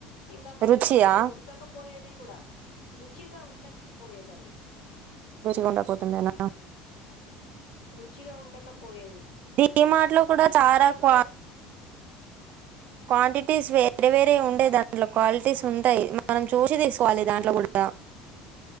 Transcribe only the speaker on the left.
ఇంకా పప్పు
తొందర ఉడకకపోయేది కూడా రుచిగా ఉండకపోయేదది
రుచిగా ఉండకపోయేది
ఇప్పుడు నార్మల్
నేను షాప్
లోనే